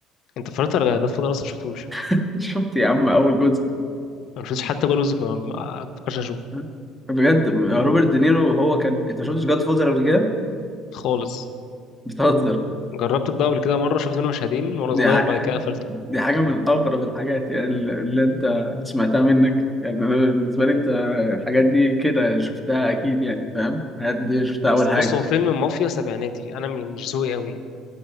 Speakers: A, on the left (about 50°); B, in the centre.
A: أنت اتفرجت على جاد فادر أصلا مشفتوش
B: <laughs> شفت يا عم اول جزء
A: أنا مشفتش حتى ولا جزء ما ما فكرش أشوفه
B: <laughs> بجد روبرت دينيرو هو كان انت شفتش جاد فوزر قبل كده
A: خالص
B: بتهزر
A: جربت ده قبل كده مرة شفت منه مشهدين وأنا
B: دي
A: صغير
B: ح-
A: بعد كده قفلته
B: دي حاجة من أغرب الحاجات يعني ال- اللي أنت سمعتها منك يعني أنا بالنسبة لي أنت الحاجات دي كده شفتها أكيد يعني فاهم الحاجات دي شفتها أول
A: أصل
B: حاجة
A: بص هو فيلم مافيا سبعيناتي أنا م- مش ذوقي أوي يعني